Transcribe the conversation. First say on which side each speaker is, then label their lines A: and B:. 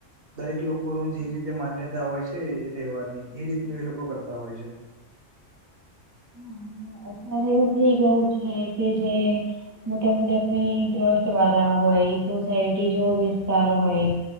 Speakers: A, on the right; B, on the right.
A: દરેક લોકોનું જે રીતે માન્યતા હોય છે એ તહેવાર ની એ રીતનું એ લોકો કરતા હોય છે.
B: હા અત્યારે એવું ભી ગયું છે કે જે મોટા મોટી આપણી ટ્રસ્ટ વાળા હોય સોસાયટી જો વિસ્તાર હોય.